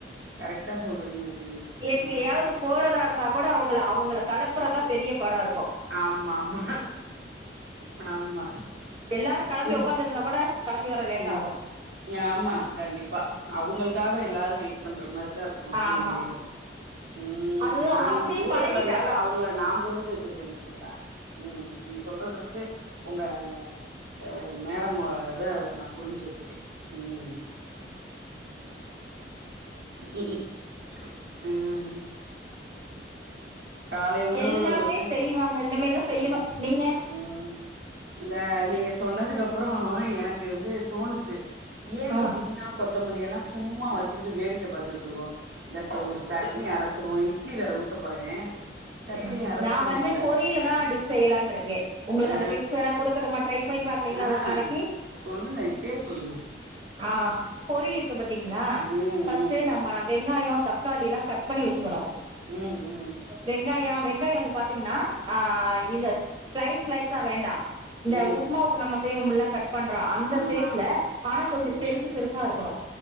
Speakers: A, on the right; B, on the right.
A: கரெக்டா சொல்றீங்க தோழி
B: எங்கேயாவது
A: ஆ
B: போறதா இருந்தா கூட அவுங்கள அவுங்கள களப்புறதா பெரிய பாடாருக்கு
A: ஆமாமா ஆமா
B: எல்லாரு கெளம்பி
A: ஒரு
B: ஒக்காந்துருந்தா கூட கெளம்பி வர லேட்டாகு
A: ம் ஆமா கண்டிப்பா அவுங்களுக்காக எல்லாரு வெயிட் பண்ற மாரிதாருக்கு சூழ்நிலைகள்
B: ஆமா
A: ம்
B: அது
A: நா
B: அவங்க அப்டியே
A: தூரத்துல
B: பழகிட்டாங்க
A: இந்தாலு அவுங்கள நா புரிஞ்சு வச்சிருக்கே பாத்தீங்களா ம் நீங்க சொல்றத வச்சே ஒங்க ஆ மேடமோடத நா புரிஞ்சு வச்சிருக்கே ம் உம் உ ம் காலை உணவுகள்
B: எல்லாமே
A: வந்து
B: செய்வாங்க இனிமேல்தா செய்யணு
A: ம்
B: நீங்க
A: ம் இந்த நீங்க சொன்னதுக்கப்றோ எனக்கு வந்து தோணுச்சு ஏ இந்த
B: ஆ
A: புதினா கொத்தமல்லி எல்லா சும்மா வச்சுக்கிட்டு வேடிக்க பாத்துட்டு இருக்கோ இந்தப்ப ஒரு சட்னி அரச்சிறுவோ இட்லி வேற ஊத்த போறே சட்னி
B: ம்
A: அரைச்சிருவோ
B: நா வந்து
A: அத
B: பொரியிலதா‌ டிஸ் செய்யலான் ருக்கே உங்ளுக்கு
A: ஆ
B: அந்த டிப்ஸ் வேணா குடுக்கட்டுமா ட்ரை பண்ணி பாக்கறீங்ளா
A: ஆ
B: ஒரு நாளைக்கி
A: சொல்லுங்க இப்பயே சொல்லுங்க
B: ஆ பொறி இருக்கு பாத்தீங்ளா
A: ம்
B: ஃபஸ்ட்டு
A: ம்
B: நம்ம வெங்காயோ தக்காளி எல்லா கட் பண்ணி வெச்சுக்கணு
A: ம் ம்
B: வெங்காயோ வெங்காயோ வந்து பாத்தீங்கன்னா ஆ இந்த ஸ்லைஸ் ஸ்லைஸா வேண்டா இந்த
A: ம்
B: உப்புமாவுக்கு நம் செய்வம்ல்ல கட் பண்றோ அந்த
A: ஆமா
B: சேஃப்ல ஆனா கொஞ்சோ
A: ம்
B: பெருசு பெருசா இருக்கணு